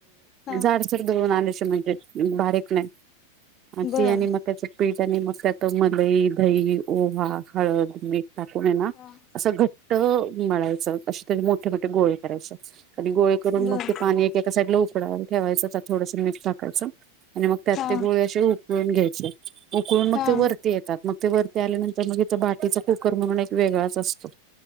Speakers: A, on the left; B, on the right.
A: हा
B: जाडसर दळून आणायचं म्हणजे बारीक नाही
A: बरं
B: ती आणि मग मक्याच पीठ मग काय तो मलई, दही, ओवा, हळद, मीठ टाकून हायना
A: हा
B: असं घट्ट मळायचं अ त्याचे मोठे मोठे गोळे करायचे आणि गोळे करून
A: बर
B: मग ते पाणी एका साईडला उकडवायला ठेवायचं त्यात थोडंस मीठ टाकायचं आणि मग त्यात
A: हा
B: ती गोळे असे उकळून घ्यायचे उकळून मग
A: हा
B: ते वरती येतात मग ते वरती आल्यानंतर मग इथं बाटीचा कुकर म्हणून एक वेगळाच असतो.